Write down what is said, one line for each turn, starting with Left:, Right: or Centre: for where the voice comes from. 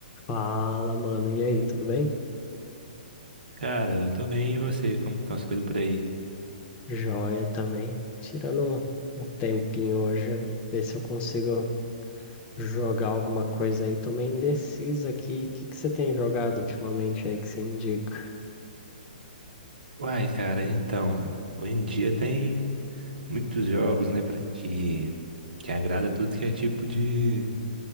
Left: Fala, mano. E aí, tudo bem?
Right: Cara, eu tô bem, e você? Como estão as coisas por aí?
Left: Joia também. Tirando um, um tempinho hoje, ver se eu consigo jogar alguma coisa aí. Tô meio indeciso aqui. O que que você tem jogado ultimamente aí que você indica?
Right: Uai, cara, então, hoje em dia tem muitos jogos, né, pra que, que agrada tudo que é tipo de,